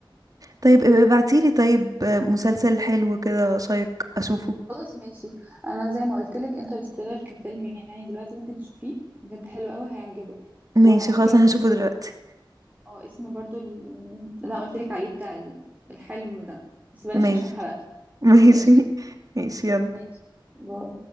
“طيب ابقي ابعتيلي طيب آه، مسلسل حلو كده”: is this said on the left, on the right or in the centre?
Right